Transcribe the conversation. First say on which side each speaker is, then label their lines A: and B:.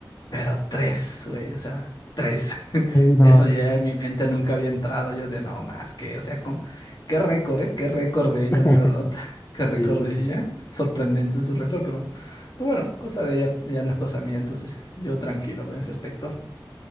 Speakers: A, on the left; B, on the left.
A: Pero tres, güey, o sea, tres.
B: Sí,
A: <laughs> Eso
B: no.
A: ya
B: es-
A: en mi mente nunca había entrado. Yo de no más que, o sea, con qué récord, ¿eh? Qué récord de ella,
B: <laughs>
A: la verdad. <laughs> Qué récord
B: Sí, sí,
A: de
B: sí.
A: ella. Sorprendente su récord, pero, pero bueno, cosa de ella ya no es cosa mía, entonces yo tranquilo en ese aspecto.